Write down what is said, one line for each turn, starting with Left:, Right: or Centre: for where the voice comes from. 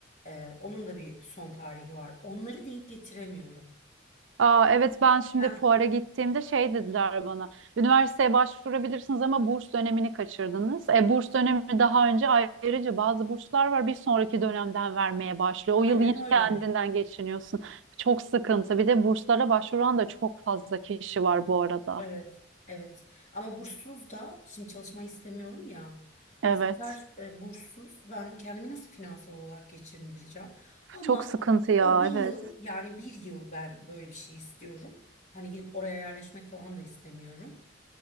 Left: e, onun da bir son tarihi var. Onları denk getiremiyorum.
Right: Aa, evet ben şimdi
Left: Heh,
Right: fuara gittiğimde şey dediler bana. Üniversiteye başvurabilirsiniz ama burs dönemini kaçırdınız. E, burs dönemi daha önce ayrıca bazı burslar var bir sonraki dönemden vermeye başlıyor.
Left: aynen
Right: O yıl yine
Left: öyle.
Right: kendinden geçiniyorsun. Çok sıkıntı. Bir de burslara başvuran da çok fazla kişi var bu arada.
Left: Evet, evet. Ama burssuz da şimdi çalışmayı istemiyorum ya.
Right: Evet.
Left: Bu sefer e, burssuz ben kendimi nasıl finansal olarak geçindireceğim? Ama
Right: Çok sıkıntı ya
Left: o bir
Right: evet.
Left: yıl yani bir yıl ben böyle bir şey istiyorum. Hani gidip oraya yerleşmek falan da istemiyorum